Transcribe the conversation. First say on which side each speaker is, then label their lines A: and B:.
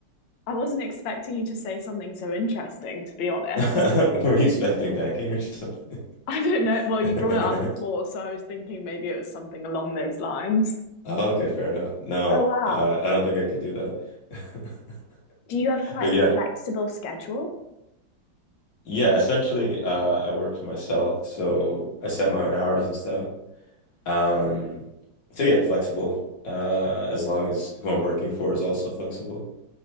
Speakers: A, on the left; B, on the left.
A: I wasn't expecting you to say something so interesting, to be honest.
B: <laughs> Were you expecting banking or something?
A: <laughs> I don't know. Well,
B: <laughs>
A: you brought it up before, so I was thinking maybe it was something along those lines.
B: Oh, okay, fair enough. No,
A: Oh, wow.
B: I, I don't think I could do that. <laughs>
A: Do you have quite
B: But
A: a
B: yeah,
A: flexible schedule?
B: yeah. Essentially, uh, I work for myself, so I set my own hours and stuff. Um, so yeah, flexible. Uh, as long as who I'm working for is also flexible.